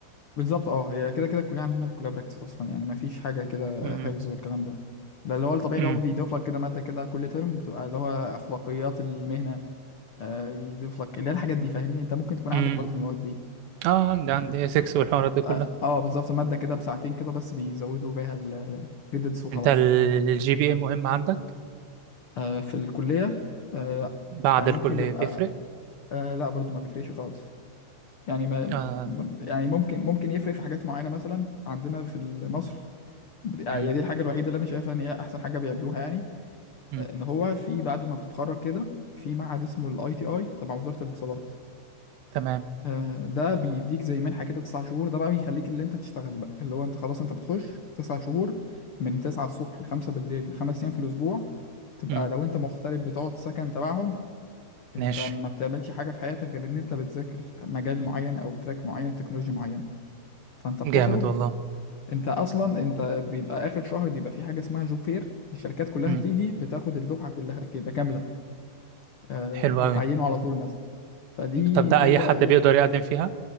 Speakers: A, on the left; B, on the right.
A: بالظبط اه هي كده كده الكلية عندنا في الكلية براكتس أصلا يعني ما فيش حاجة كده
B: امم
A: حفظ والكلام ده ده اللي هو الطبيعي
B: امم
A: اللي هو بيضيف لك كده مادة كده كل ترم بتبقى اللي هو أخلاقيات المهنة آه يضيف لك اللي هي الحاجات دي فاهمني أنت ممكن تكون عندك
B: امم
A: برضو المواد دي
B: اه عندي عندي اسكس والحوارات دي
A: تبقى
B: كلها
A: اه بالظبط مادة كده بساعتين كده بس بيزودوا بيها الكريدتس وخلاص
B: انت الجي بي اي مهم عندك
A: آه في الكلية آه لا
B: بعد
A: يعني
B: الكلية
A: ممكن بيبقى
B: بيفرق
A: آه لا برضو ما بيفرقش خالص يعني ما
B: اه
A: ما- يعني ممكن ممكن يفرق في حاجات معينة مثلا عندنا في ال- مصر بت... يعني
B: امم
A: دي الحاجة الوحيدة اللي أنا شايفها إن هي أحسن حاجة بيعملوها يعني
B: امم
A: آه، إن هو في بعد ما بتتخرج كده في معهد اسمه ال ITI تبع وزارة الاتصالات
B: تمام
A: آه، ده بيديك زي منحة كده تسع شهور ده بقى بيخليك اللي أنت تشتغل بقى اللي هو أنت خلاص أنت بتخش تسع شهور من تسعة الصبح لخمسة بالليل خمس أيام في الأسبوع تبقى
B: امم
A: لو أنت مغترب بتقعد سكن تبعهم أنت
B: ماشي
A: ما بتعملش حاجة في حياتك غير إن أنت بتذاكر مجال معين أو تراك معين تكنولوجيا معينة فانت بتخرج
B: جامد والله
A: انت اصلا انت بيبقى اخر شهر بيبقى في حاجه اسمها جوب فير الشركات كلها
B: امم
A: بتيجي بتاخد الدفعه كلها كده كامله آه
B: حلو
A: بيتعينوا
B: قوي
A: على طول مثلا فدي
B: طب ده
A: دي
B: اي
A: بقى
B: حد
A: ايه
B: بيقدر يقدم فيها؟